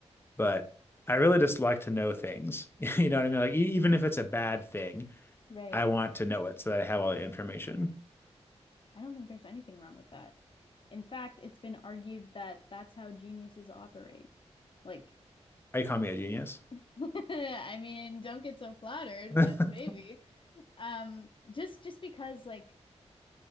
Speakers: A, on the left; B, on the left.
A: but I really just like to know things. <laughs> You know what I mean? Like, e- even if it's a bad thing,
B: Right.
A: I want to know it so that I have all the information.
B: I don't think there's anything wrong with that. In fact, it's been argued that that's how geniuses operate. Like,
A: I call me a genius.
B: <laughs> I mean, don't get so flattered,
A: <laughs>
B: but maybe. Um, just just because like